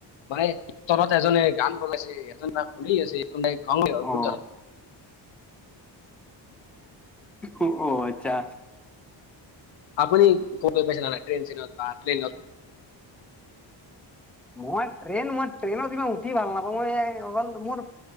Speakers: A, on the left; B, in the centre.
A: মানে তলত এজনে এক <unintelligible> গান বজাইছে, এজন শুুনি আছে, অদ্ভুত
B: অ
A: <unintelligible>
B: অ', আচ্ছা।
A: আপুনি ক পচ নাৰাই <unintelligible> ট্ৰেইন-চেনত বা প্লেনত?
B: মই ট্ৰেইন, মই ট্ৰেইনত ইমান উঠি ভাল নাপাওঁ, মই অকল <unintelligible> মোৰ